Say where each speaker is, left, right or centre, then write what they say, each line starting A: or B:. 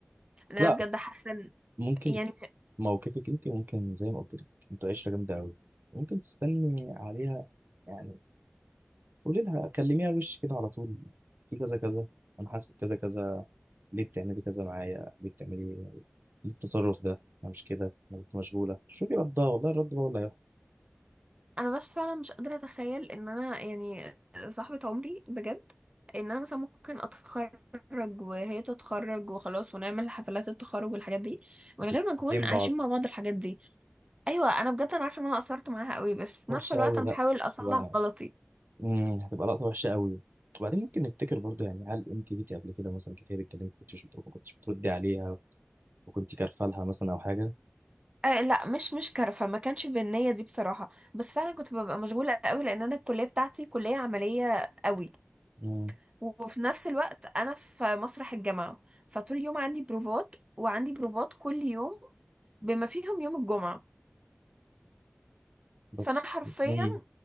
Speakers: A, on the right; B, on the right.
A: ان انا
B: لا
A: بجد حاسة إن-
B: ممكن
A: يعني
B: موقفك انت ممكن زي ما قلت لك انتوا عشره جامده قوي ممكن تستني عليها يعني قولي لها كلميها وش كده على طول في كذا كذا انا حاسس بكذا كذا ليه بتعملي كذا معايا ليه بتعملي ليه التصرف ده انا مش كده انا كنت مشغوله شوفي ردها والله الرد بقى ولا
A: انا بس فعلا مش قادرة اتخيل ان انا يعني صاحبة عمري بجد ان انا مثلا ممكن اتخرج وهي تتخرج وخلاص ونعمل حفلات التخرج والحاجات دي من
B: هتبقى
A: غير ما نكون
B: بين
A: عايشين
B: بعض
A: مع بعض الحاجات دي ايوه انا بجد انا عارفة ان انا قصرت معاها قوي بس في
B: وحشه
A: نفس الوقت
B: قوي
A: انا
B: لا
A: بحاول اصلح
B: هتبقى
A: غلطي
B: مم، هتبقى لقطه وحشه قوي وبعدين ممكن نفتكر برضه يعني هل انت جيتي قبل كده مثلا كتير بتكلمك كنتش بتردي- ما كنتش بتردي عليها وكنت كارفه لها مثلا او حاجه
A: آه لا مش مش كرفة ما كانش بالنية دي بصراحة بس فعلا كنت ببقى مشغولة قوي لأن أنا الكلية بتاعتي كلية عملية قوي
B: مم،
A: وفي نفس الوقت أنا في مسرح الجامعة فطول اليوم عندي بروفات وعندي بروفات كل يوم بما فيهم يوم الجمعة
B: بس
A: فأنا حرفيا
B: مم.